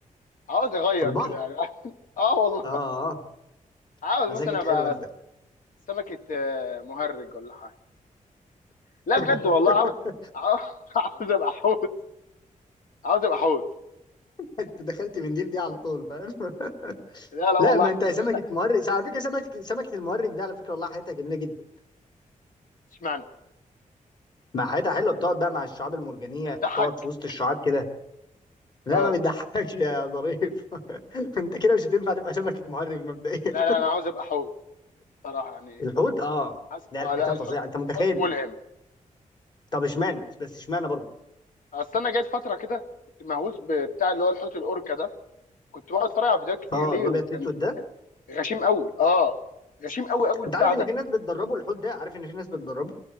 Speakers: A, on the left; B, on the left.
A: عاوز اغير
B: في البحر
A: كده يعني <laughs> اه والله
B: اه اه
A: عاوز
B: مزاجك
A: مثلا ابقى
B: حلو انت
A: سمكه آه، مهرج ولا حاجه لا
B: <laughs>
A: بجد والله عاوز عاوز <laughs> عاوز ابقى حوت عاوز ابقى حوت
B: انت دخلت من ديل دي على طول فاهم <laughs>
A: لا لا
B: لا
A: والله
B: ما انت
A: <laughs>
B: سمكه مهرج على فكره سمكه سمكه المهرج دي على فكره والله حياتها جميله جدا
A: اشمعنى
B: مع حياتها حلوه بتقعد بقى مع الشعاب المرجانيه
A: بتضحك
B: تقعد في وسط الشعاب كده لا
A: اه
B: ما بتضحكش يا ظريف <laughs> انت كده مش هتنفع تبقى سمكه مهرج مبدئيا
A: لا لا انا عاوز ابقى حوت صراحه يعني
B: الحوت اه
A: حس...
B: لا
A: اه
B: الحيتان
A: لا الحوت
B: فظيعه انت متخيل
A: الحوت ملهم
B: طب اشمعنى بس اشمعنى برضه
A: اصل انا جات فتره كده كنت مهووس بتاع اللي هو الحوت الاوركا ده كنت بقعد اتفرج على فيديوهات كتير
B: اه
A: ليه
B: الابيض
A: وكان
B: في الاسود ده
A: كان غشيم قوي اه غشيم قوي قوي
B: انت
A: البتاع
B: عارف ان
A: ده
B: في ناس بتدربوا الحوت ده عارف ان في ناس بتدربه